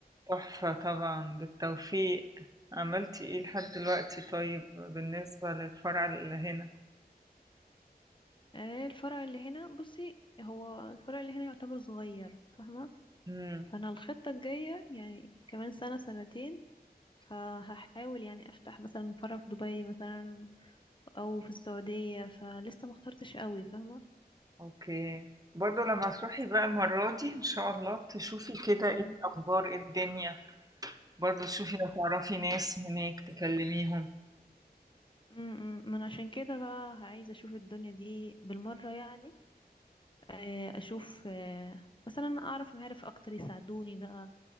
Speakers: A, on the right; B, on the left.
A: تحفة طبعا بالتوفيق عملتي ايه لحد دلوقتي طيب بالنسبة للفرع اللي هنا
B: آه الفرع اللي هنا بصي هو الفرع اللي هنا يعتبر صغير فاهمة
A: امم
B: فانا الخطة الجاية يعني كمان سنة سنتين فهحاول يعني افتح مثلا فرع في دبي مثلا او في السعودية فلسه ما اخترتش قوي فاهمة
A: اوكي برضو لما تروحي بقى المرة دي ان شاء الله تشوفي كده
B: مم.
A: ايه الاخبار ايه الدنيا برضو تشوفي لو تعرفي ناس هناك تكلميهم
B: مم. من عشان كده بقى عايزة اشوف الدنيا دي بالمرة يعني آه، اشوف آه، مثلا اعرف معارف اكتر يساعدوني بقى